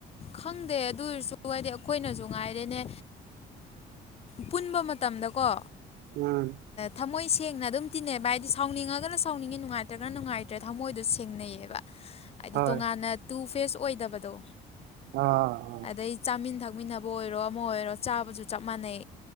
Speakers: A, on the left; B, on the right.
A: ꯈꯪꯗꯦ ꯑꯗꯨꯑꯣꯏꯁꯨ ꯍꯥꯏꯗꯤ ꯑꯩꯈꯣꯏꯅꯁꯨ ꯉꯥꯏꯔꯦꯅꯦ ꯄꯨꯟꯕ ꯃꯇꯝꯗꯀꯣ
B: ꯎꯝ
A: ꯊꯃꯣꯏ ꯁꯦꯡꯅ ꯑꯗꯨꯝ ꯇꯤꯟꯅꯩꯕ ꯍꯥꯏꯗꯤ ꯁꯥꯎꯅꯤꯡꯉꯒꯅ ꯁꯥꯎꯅꯤꯡꯉꯤ ꯅꯨꯡꯉꯥꯏꯇ꯭ꯔꯒꯅ ꯅꯨꯡꯉꯥꯏꯇ꯭ꯔꯦ ꯊꯝꯃꯣꯏꯗꯣ ꯁꯦꯡꯅꯩꯌꯦꯕ ꯍꯥꯏꯗꯤ
B: ꯍꯣꯏ
A: ꯇꯣꯉꯥꯟꯅ ꯇꯨ ꯐꯦꯁ ꯑꯣꯏꯗꯕꯗꯣ
B: ꯑ
A: ꯑꯗꯩ ꯆꯥꯃꯤꯟ ꯊꯛꯃꯤꯟꯅꯕ ꯑꯣꯏꯔꯣ ꯑꯃ ꯑꯣꯏꯔꯣ ꯆꯥꯕꯁꯨ ꯆꯞ ꯃꯥꯟꯅꯩ